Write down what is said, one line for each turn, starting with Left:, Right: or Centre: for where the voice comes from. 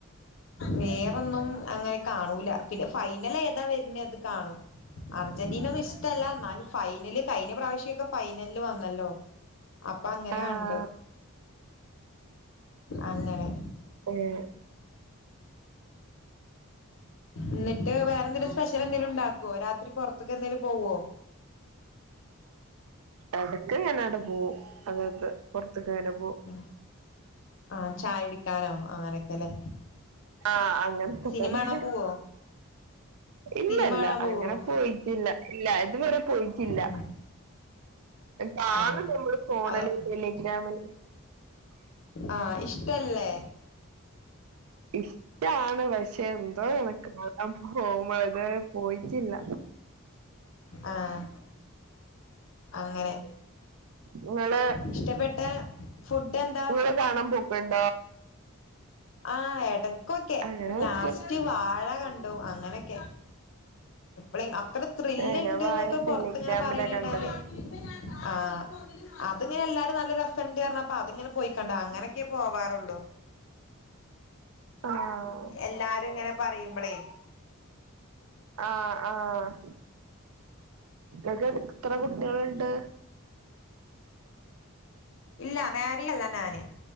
Left: വേറൊന്നും അങ്ങനെ കാണൂല പിന്നെ ഫൈനലേതാ വെര്ണ് അത് കാണും അർജന്റീനൊന്നും ഇഷ്ടല്ല അന്നാലും ഫൈനല് കയിഞ്ഞ പ്രാവശ്യൊക്കെ ഫൈനലില് വന്നല്ലോ അപ്പൊ അങ്ങനെ
Right: ആഹ്
Left: കണ്ടു അങ്ങനെ
Right: ഏഹ്
Left: ന്നട്ട് വേറെ എന്തെലും സ്പെഷ്യൽ എന്തേലും ണ്ടാക്കൊ രാത്രി പൊറത്ത്ക്കെന്തെലും പോവോ
Right: എടക്ക് ങ്ങനാണ്ട് പോവും അതായത് പൊറത്തേക്ക്ങ്ങനെ പോ
Left: ഉ ആഹ് ചായ കുടിക്കാനോ അങ്ങനൊക്കെല്ലേ
Right: ആഹ് അങ്ങനക്കതന്നെ
Left: സിനിമ കാണാൻ പോവോ
Right: ഇല്ല
Left: സിനിമ
Right: ഇല്ല
Left: കാണാൻ പോവോ
Right: അങ്ങനെ പോയിറ്റില്ല ഇല്ല ഇതുവരെ പോയിറ്റില്ല
Left: ഉം
Right: താണ്
Left: ആ
Right: നമ്മള് ഫോണില്
Left: അത്
Right: ടെലിഗ്രാമില്
Left: ആഹ ഇഷ്ടല്ലേ
Right: ഇഷ്ടാണ് പക്ഷെ എന്തോനക്ക് കാണൻ പോകുമ്പഴ് ഇതുവരെ പോയിറ്റില്ല
Left: ആഹ് അങ്ങനെ
Right: ഇങ്ങള്
Left: ഇഷ്ടപ്പെട്ട ഫുഡ് എന്താ
Right: ങ്ങള് കാണാൻ പോക്കുണ്ടോ
Left: ആഹ് എടക്കൊക്കെ
Right: അങ്ങനെ
Left: ഇപ്പൊ
Right: ചോദിച്ചിട്ട്
Left: ലാസ്റ്റ് വാഴ കണ്ടു അങ്ങനെക്കെ അ പ്പള അപ്പള് ത്രില്ണ്ട്ന്നൊക്കെ
Right: ഏഹ് ഞാൻ വായ
Left: പൊറത്ത്ങ്ങനെ
Right: ടെലിഗ്രാമിലാ
Left: പറണേട്ടാല്
Right: കണ്ടത്
Left: ആഹ് അത്ങ്ങനെ എല്ലാരും നല്ല രസണ്ട് പർഞാൽ പ്പ അതിങ്ങനെ പോയിക്കണ്ട അങ്ങനെയൊക്കെ പോവാറുള്ളു
Right: ആഹ്
Left: എല്ലാരും ഇങ്ങനെ പറയുമ്പളേ
Right: ആഹ് ആഹ് ങ്ങൾക് എത്ര കുട്ടിൾണ്ട്
Left: ഇല്ല മാരിഡല്ല ഞാന്